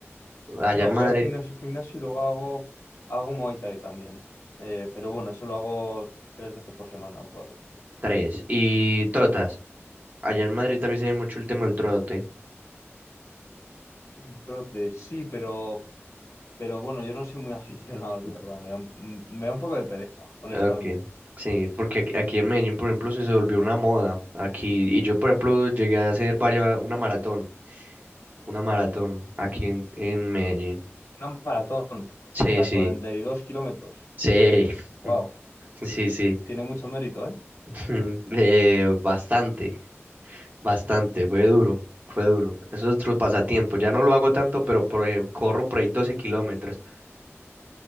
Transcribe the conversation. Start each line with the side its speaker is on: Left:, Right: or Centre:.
Right: Allá
Left: No,
Right: en Madrid,
Left: voy al gimnasio, gimnasio y luego hago, hago Muay Thai también. Eh, pero bueno, eso lo hago tres veces por semana o cuatro.
Right: tres. ¿Y trotas? Allá en Madrid también se ve mucho el tema del trote.
Left: El trote, sí, pero, pero bueno, yo no soy muy <laughs> aficionado, la verdad. Me da, un- mm, me da un poco de pereza, honestamente.
Right: Okay. Sí, porque aquí aquí en Medellín, por ejemplo, se se volvió una moda. Aquí, y yo, por ejemplo, llegué a hacer varias, una maratón, una maratón aquí en, en Medellín.
Left: Una maratón,
Right: Sí,
Left: o sea,
Right: sí,
Left: 42 kilómetros.
Right: sí,
Left: Wow,
Right: <laughs> sí, sí.
Left: tiene mucho mérito, ¿eh?
Right: <laughs> Eh, bastante, bastante, fue duro, fue duro. Eso es otro pasatiempo. Ya no lo hago tanto, pero por ej- corro por ahí doce kilómetros,